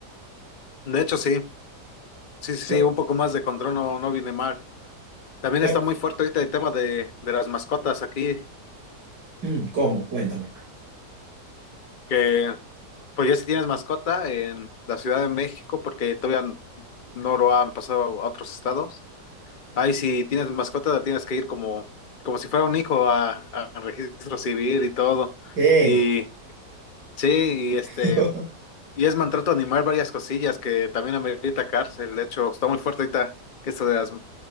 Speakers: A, on the left (about 40°); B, on the right (about 80°).
A: De hecho, sí. Sí, sí,
B: Co-
A: sí, un poco más de control no, no viene mal. También
B: eh,
A: está muy fuerte ahorita el tema de, de las mascotas aquí,
B: mm, ¿Cómo? Cuéntame.
A: que pues ya si tienes mascota en la Ciudad de México, porque todavía no lo han pasado a otros estados. Ahí si tienes mascota la tienes que ir como, como si fuera un hijo a, a registro civil y todo.
B: Eh,
A: Y sí, y este,
B: <laughs>
A: y es maltrato animal varias cosillas que también amerita cárcel. De hecho, está muy fuerte ahorita que esto de las, no